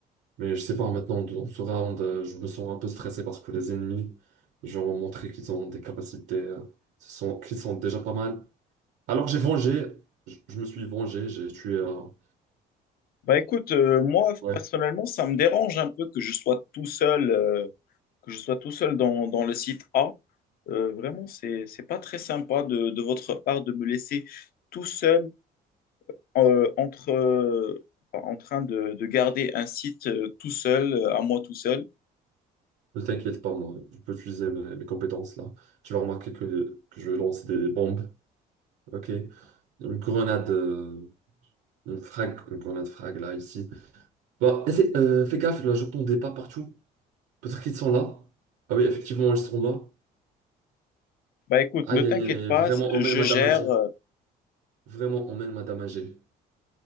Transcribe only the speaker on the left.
Bah écoute, euh, moi,
personnellement, ça me dérange un peu que je sois tout seul, euh, que je sois tout seul dans, dans le site A. Euh, vraiment, c'est, c'est pas très sympa de, de votre part de me laisser tout seul euh, entre, euh, enfin, en train de, de garder un site euh, tout seul, euh, à moi tout seul.
Bah écoute,
ne t'inquiète
pas,
je
gère.
euh,